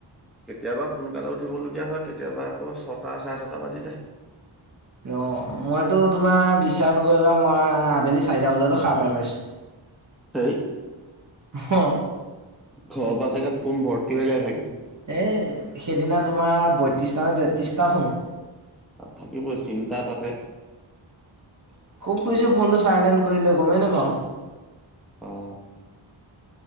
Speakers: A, in the centre; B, on the right.
A: কেতিয়াবা সোনকালে উঠিব লগগীয়া হয়। কেতিয়াবা আকৌ ছটা চাৰে ছটা বাজি যায়।
B: অ মইতো তোমাৰ বিশ্বাস নকৰিবা মই আবেলি। চাৰিটা বজাতটো খোৱা পাই পাইছো।
A: সেই
B: অ
A: ঘৰৰ পৰা চাগে ফোন ভৰ্তি হৈ যায় ছাগে।
B: এই সেইদিনা তোমাৰ বয়ত্ৰিশটা নে তেত্ৰিশটা ফোন।
A: অ থাকিবই চিন্তা তাতে।
B: খুব খুইছো ফোনটো চাইলেণ্ট কৰিলে। গমেই নেপাওঁ।
A: অ